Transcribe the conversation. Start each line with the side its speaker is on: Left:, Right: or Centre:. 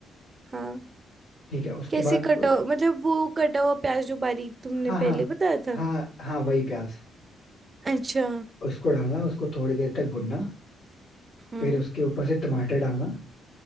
Right: हाँ
Left: ठीक है उसके
Right: कैसे
Left: बाद
Right: कटा हुआ- मतलब वो कटा हुआ प्याज जो बारीक तुमने
Left: हाँ हाँ
Right: पहले बताया था
Left: हाँ हाँ वही प्याज
Right: अच्छा
Left: उसको डालना उसको थोड़ी देर तक भुनना
Right: हम्म
Left: फिर उसके ऊपर से टमाटर डालना